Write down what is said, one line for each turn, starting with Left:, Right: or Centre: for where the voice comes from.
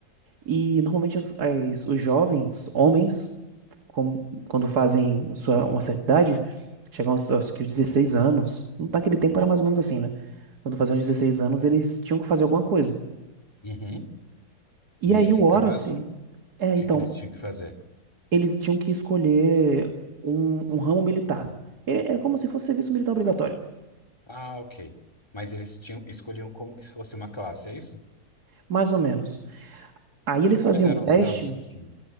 Right: E normalmente as- as- os jovens, homens, como- quando fazem sua, uma certa idade, chegam aos, aos que os 16 anos. não tá Naquele tempo era mais ou menos assim, né? Quando faziam os 16 anos, eles tinham que fazer alguma coisa.
Left: Uhum.
Right: E
Left: E nesse
Right: aí o Horace.
Left: caso, o
Right: É,
Left: que
Right: então.
Left: que eles tinham que fazer?
Right: eles tinham que escolher um, um ramo militar. É é como se fosse serviço militar obrigatório,
Left: Ah, ok. Mas eles tinham, escolhiam como que se fosse uma classe, é isso?
Right: mais ou menos. Aí eles
Left: Quais
Right: faziam
Left: eram
Right: teste.
Left: os ramos que tinham